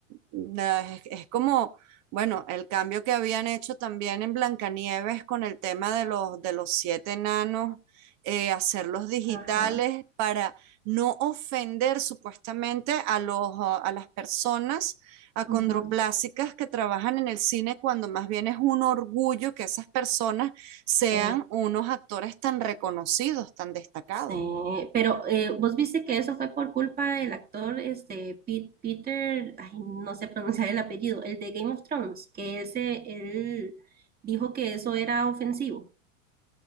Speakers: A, on the right; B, on the right.
A: la- es, es como, bueno, el cambio que habían hecho también en Blancanieves con el tema de los, de los siete enanos, eh, hacerlos digitales
B: Ajá.
A: para no ofender supuestamente a los, a las personas acondroplásicas
B: ujú,
A: que trabajan en el cine, cuando más bien es un orgullo que esas personas sean
B: Sí.
A: unos actores tan reconocidos, tan destacados.
B: Sí, pero eh, vos viste que eso fue por culpa del actor este Pete- Peter, ay, no sé pronunciar el apellido, el de Game of Thrones, que ese él dijo que eso era ofensivo.